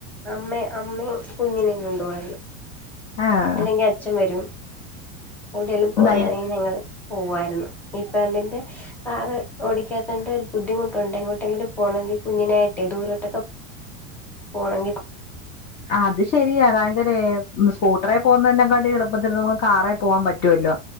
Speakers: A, in the centre; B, on the left (about 25°).
A: അമ്മ അമ്മേം കുഞ്ഞിനെയും കൊണ്ടു പോവായിരുന്നു
B: ആഹ്
A: അല്ലെങ്കി അച്ഛൻ വരും എവിടെയെലും പോവാനാണെങ്കിൽ
B: ധൈര്യ
A: ഞങ്ങള് പോവായിരുന്നു ഇപ്പ അതിന്റെ കാറ് ഓടിക്കാതോണ്ട് രു ബുദ്ധിമുട്ടുണ്ട് എങ്ങോട്ടെങ്കിലും പോണങ്കിൽ കുഞ്ഞിനായിട്ടെ ദൂരോട്ടൊക്കെ പോ പോണങ്കി
B: അത് ശരിയാ കാഞ്ജനെ സ്കൂട്ടറെ പോകുന്നെ നെ കാട്ടി എളുപ്പത്തിൽ നമുക്ക് കാറേ പോവാൻ പറ്റുവല്ലോ